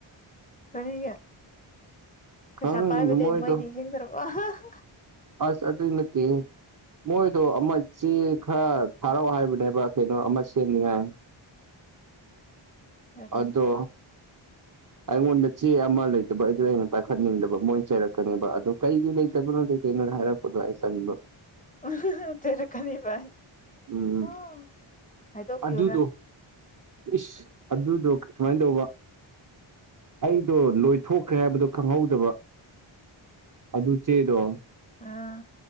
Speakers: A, on the left (about 15°); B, on the right (about 40°).
A: ꯀꯔꯤꯒꯤ ꯄꯩꯁꯥ
B: ꯈꯪꯗꯦ
A: ꯄꯥꯏꯕꯗꯩ
B: ꯃꯣꯏꯗꯣ
A: ꯃꯣꯢ ꯅꯤꯡꯁꯤꯡꯗ꯭ꯔꯕꯣ ꯍꯥ ꯍꯥ ꯍꯥ
B: ꯑꯁ ꯑꯗꯨ ꯅꯠꯇꯦ ꯍꯦ ꯃꯣꯏꯗꯣ ꯑꯃ ꯆꯦ ꯈꯔ ꯊꯥꯔꯛꯑꯣ ꯍꯥꯏꯕꯅꯦꯕ ꯑꯃ ꯀꯩꯅꯣ ꯑꯃ ꯁꯦꯝꯅꯤꯉꯥꯏ
A: ꯀꯔꯤ
B: ꯑꯗꯣ ꯑꯩꯉꯣꯟꯗ ꯆꯦ ꯑꯃ ꯂꯩꯇꯕ ꯑꯩꯗꯣ ꯑꯩꯅ ꯄꯥꯏꯈꯠꯅꯤꯡꯗꯕ ꯃꯣꯏꯅ ꯆꯩꯔꯛꯀꯅꯦꯕ ꯑꯣ ꯀꯩꯒꯤ ꯂꯩꯇꯕꯅꯣ ꯀꯩ ꯀꯅꯣ ꯍꯥꯏꯔꯛꯄ ꯈꯨꯗꯥꯏ ꯆꯟꯗ
A: ꯎ ꯆꯩꯔꯛꯀꯅꯤ ꯚꯥꯏ
B: ꯎꯝ
A: ꯑꯣ ꯍꯥꯏꯗꯣꯛꯄꯤꯌ‌ꯣꯔꯥ
B: ꯑꯗꯨꯗꯣ ꯏꯁ ꯑꯗꯨꯗꯣ ꯁꯨꯃꯥꯏꯅ ꯇꯧꯕ ꯑꯩꯗꯣ ꯂꯣꯏꯊꯣꯛꯈ꯭ꯔꯦ ꯍꯥꯏꯕꯗꯣ ꯈꯪꯍꯧꯗꯕ ꯑꯗꯨ ꯆ‌ꯦꯗꯣ
A: ꯑꯥ